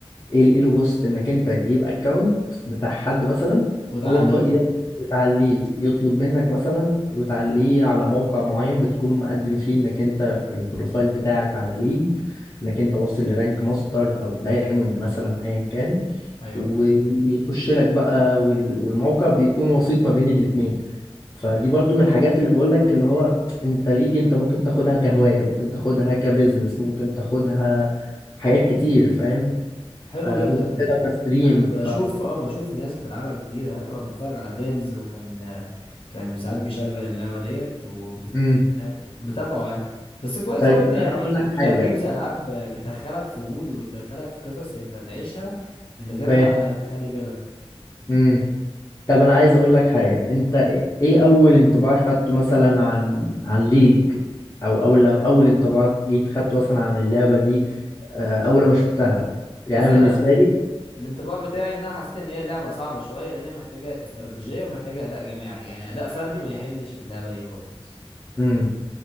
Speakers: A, on the left; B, on the left.
A: ايه الايلو بوست انك انت تجيب اكونت بتاع حد مثلا
B: وتعليه
A: هو ط- ي- بتعليه يطلب منك مثلا وتعليه على موقع معين بتكون مقدم فيه انك انت البروفايل بتاعك على ليج انك انت واصل لرانك ماستر او دايموند مثلا ايا كان
B: ايوه
A: ويخش لك بقى وال- والموقع بيكون وسيط ما بين الاتنين فدي برضو من الحاجات اللي بقولك اللي هو انت ليج انت ممكن تاخدها كهواية ممكن تاخدها كبزنس ممكن تاخدها حاجات كتير فاهم
B: حلو
A: آه
B: جدا
A: ممكن تاخدها كستريم
B: انا بشوف
A: ف
B: اه بشوف ناس بتلعبها كتير انا طبعا بتفرج على تنز وكان كان ساعات بيشغل اللعبه ديت وبت
A: امم
B: يعني متابعه يعني بس كويس
A: طب انت
B: قوي ان يعني
A: هقول
B: كمبيوتر
A: لك حاجة
B: جيمز العاب بتدخلك في مود وبتدخلك في قصص انت هتعيشها من غير
A: فاهم
B: ما تخلي بالك
A: امم طب انا عايز اقول لك حاجة انت ايه اول انطباع خدته مثلا عن عن ليج او اول لو اول انطباع جيت خدته مثلا عن اللعبة دي آه، اول ما شفتها يعني
B: بص
A: أنا
B: انا
A: بالنسبة لي
B: الانطباع بتاعي ان انا حسيت ان هي لعبه صعبه شويه لان هي محتاجه استراتيجيه ومحتاجه اداء جماعي يعني اداء فردي ما يحلش في اللعبه دي خالص
A: امم